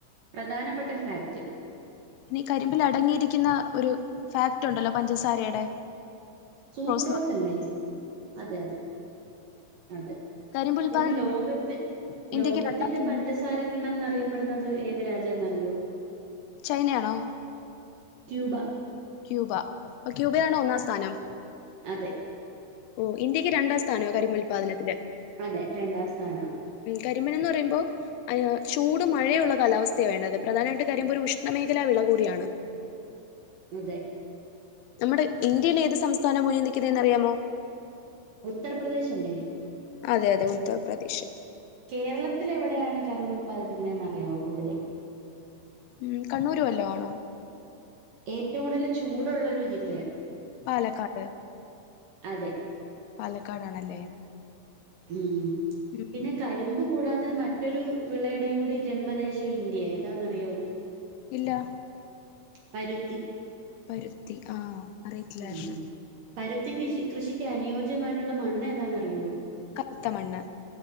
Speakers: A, on the right; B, on the left.
A: പ്രധാനപ്പെട്ട ഒരു ഫാക്റ്റ്
B: നി കരിമ്പിൽ അടങ്ങിയിരിക്കുന്ന ഒരു ഫാക്റ്റ് ഉണ്ടല്ലോ പഞ്ചസാരയുടെ
A: സൂക്രോസ്
B: എന്ന് പറയും.
A: അല്ലേ അതെ അതെ.. അതെ
B: കരിമ്പ് ഉൽപാദനത്തിൽ
A: പിന്നെ ലോകത്ത്
B: ഇന്ത്യക്ക്
A: ലോകത്തിന്റെ
B: രണ്ടാം സ്ഥാനം.
A: പഞ്ചസാര പിണം എന്ന അറിയപ്പെടുന്നത് ഏത് രാജ്യന്ന്റിയോ
B: ചൈനയാണോ
A: ക്യൂബ
B: ക്യൂബ അ ക്യൂബയാണോ ഒന്നാം സ്ഥാനം..
A: അതെ
B: ഓഹ് ഇന്ത്യക്ക് രണ്ടാം സ്ഥാന കരിമ്പ്‌ ഉല്പാദനത്തിന്
A: അതെ രണ്ടാം സ്ഥാനം
B: കരിമ്പൻ എന്ന് പറയുമ്പോ അയാ ചൂട് മഴയുള്ള കാലാവസ്ഥയവേണ്ടത് പ്രധാനായിട്ട് കാര്യപോ ഒരു ഉഷ്ണമേഖലാ വിള കൂടിയാണ്.
A: അതെ
B: നമ്മ്ടെ ഇന്ത്യയിലേത് സംസ്ഥാന മുന്നി നിക്കിന്നെന്നറിയാമോ?
A: ഉത്തർപ്രദേശ് അല്ലേ?
B: അതെ അതെ ഉത്തർപ്രദേശ്
A: കേരളത്തിൽ എവിടെയാണ് കരിമ്പ് ഉൽപാദിപ്പിക്ക്ണെന്നറിയാവോ കൂടുതൽ?
B: ഉം കണ്ണൂരുവല്ലോ ആണോ
A: ഏറ്റവും കൂടുതൽ ചൂടുള്ള ഒരു ജില്ലയാ
B: പാലക്കാട്
A: അതെ
B: പാലക്കാടാണല്ലേ?
A: ഉം
B: ഉം
A: പിന്നെ കരി കരിമ്പ് കൂടാതെ മറ്റൊരു വിളയ്ടെയുംകൂടി ജന്മദേശം ഇന്ത്യ ഏതാന്നറിയാത്?
B: ഇല്ല
A: പരുത്തി
B: പരുത്തി ആഹ് അറിയത്തില്ലായിരുന്നു
A: ഉം പരുത്തിക്ക്ഷി കൃഷിക്ക് അനുയോജ്യമായ്ട്ടുള്ള മണ്ണേതാന്നറിയോ?
B: കറ്ത്ത മണ്ണ്